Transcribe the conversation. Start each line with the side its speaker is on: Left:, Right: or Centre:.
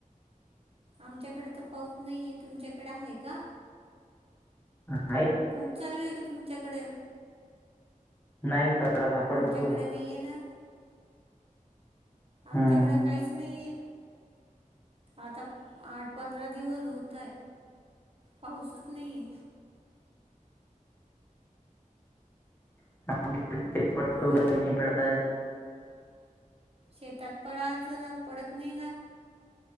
Right: आमच्याकडे तर पाऊस नाहीय तुमच्याकडे आहे का
Left: हा
Right: खूप चालू आहे का तुमच्याकडे
Left: नाही थोडाफार पडतो.
Right: आमच्याकडे नाहीये ना आमच्याकडं
Left: हम्म.
Right: काहीच नाहीये आता आठ पंधरा दिवस होत आहे पाऊसच नाहीये
Left: ो पडत
Right: म्हणून शेतात पडायचं ना पडत नाही ना